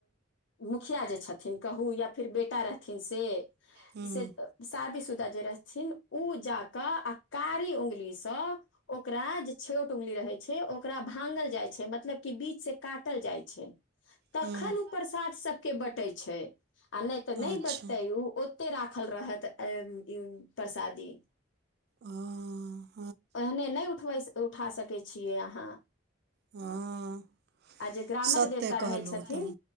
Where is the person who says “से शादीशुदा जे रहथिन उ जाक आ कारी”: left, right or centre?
Left